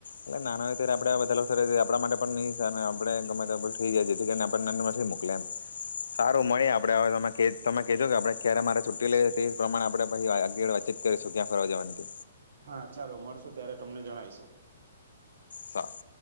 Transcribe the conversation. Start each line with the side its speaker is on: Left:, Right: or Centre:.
Left: એટલે નાના હોય ત્યારે આપણે આ બધા લોક સાથે સર આપણા માટે પણ નહીં સારુંને આપણે ગમે તે આપણને થઈ જાય જેથી કરીને આપ ને નથી મોકલે એમ. સારું મળીએ આપડે હવે તમે તમે કેજો કે આપડે ક્યારે મારે છુટ્ટી લઈ તે જ પ્રમાણે આપણે પછી વાતચીત કરીશું ક્યાં ફરવા જવાની તે.
Right: હા ચાલો મળશુ ત્યારે તમને જણાવીશું.
Left: સારુ